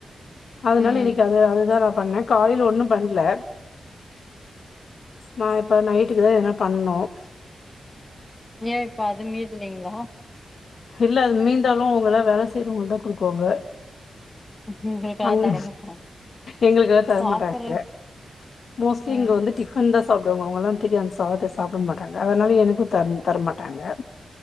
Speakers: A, on the left; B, on the left.
A: அதனால
B: ம்
A: இனீனைக்கு அது அதுதா நா பண்ணே காலையில ஒன்னும் பண்ணல நா இப்ப நைட்டுக்கு தா என்ன எதனா பண்ணும்
B: ஏன் இப்ப அது மீற்லைங்களா
A: இல்ல அது மீந்தாலும் அவுங்கலா வேல செய்யறவங்கதா குடுக்குவாங்க
B: உங்களுக்காக
A: அவுங்க
B: தரமாட்டாங்க
A: எங்களுக்கு வேர தரமாட்டாங்க
B: சாப்புட்ற
A: மோஸ்ட்லி
B: ம்
A: இங்க வந்து டிபன் தா சாப் அவுங்க எல்லா திரியு அந்த சாதத்த சாப்பிட மாட்டாங்க அதனால எனக்கு தர் தர மாட்டாங்க